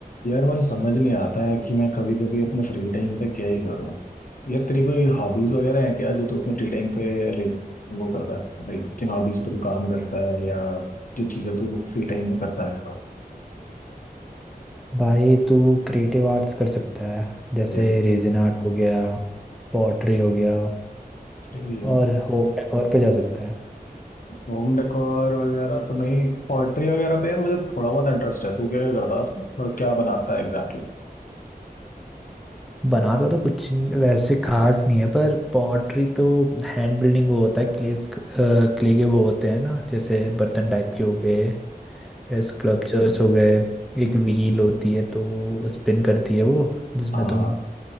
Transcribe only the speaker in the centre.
भाई तू creative arts कर सकता है जैसे
रेजिन आर्ट हो गया पॉटरी हो गया
और होम डेकोर पे जा सकता है
बनाता तो कुछ न- वैसे खास नहीं है पर पॉटरी तो हैंड बिल्डिंग वो होता है क्ले क्ले के वो होते हैं ना जैसे बर्तन टाइप के हो गए या स्कल्पचर्स हो गए एक व्हील होती है तो स्पिन करती है वो जिसमें
तुम